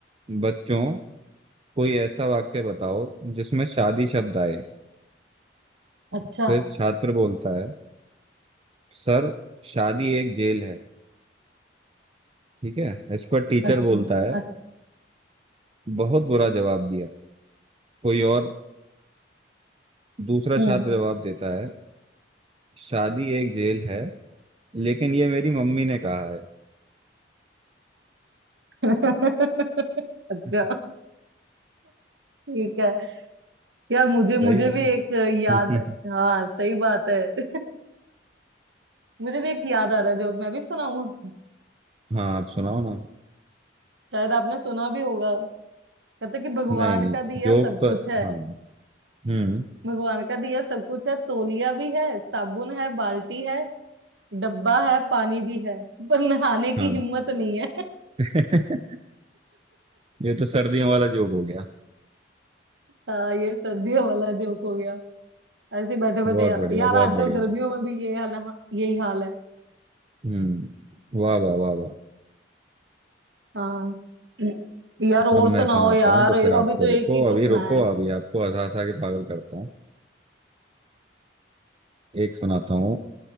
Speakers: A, on the right (about 30°); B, on the right (about 75°).
A: बच्चों कोई ऐसा वाक्य बताओ जिसमें शादी शब्द आए
B: अच्छा
A: फिर छात्र बोलता है सर शादी एक जेल है ठीक है इस पर टीचर
B: अच्छा
A: बोलता है
B: अच्छा
A: बहुत बुरा जवाब दिया कोई और दूसरा
B: हम्म
A: छात्र जवाब देता है शादी एक जेल है लेकिन ये मेरी मम्मी ने कहा है
B: <laughs> अच्छा
A: <laughs>
B: ठीक है यार मुझे मुझे
A: सही था
B: भी
A: ना
B: एक याद
A: <laughs>
B: हाँ सही बात है <laughs> मुझे भी एक याद आ रहा है जोक मैं भी सुनाऊं
A: हाँ आप सुनाओ ना
B: शायद आपने सुना भी होगा कहते कि भगवान
A: नहीं नहीं
B: का दिया
A: जोक
B: सब
A: तो
B: कुछ है
A: हाँ हम्म
B: भगवान का दिया सब कुछ है तौलिया भी है साबुन है बाल्टी है डब्बा है पानी भी है पर नहाने की
A: हाँ
B: हिम्मत नहीं है <laughs>
A: <laughs> ये तो सर्दियों वाला जोक हो गया
B: हाँ ये सर्दियों वाला जोक हो गया ऐसे ही बैठे बैठे
A: बहुत
B: यार,
A: बढ़िया
B: यार
A: बहुत
B: आजकल
A: बढ़िया
B: गर्मियों में भी ये हाल हाँ, यही हाल है
A: हम्म वाह वाह वाह वाह
B: हाँ यार और
A: अब मैं
B: सुनाओ
A: सुनाता
B: यार
A: हूँ तो
B: अभी
A: फिर आपको
B: तो एक
A: रुको
B: ही
A: अभी
B: तो सुनाया
A: रुको
B: है
A: अभी आपको हंसा हंसा के पागल करता हूँ एक सुनाता हूँ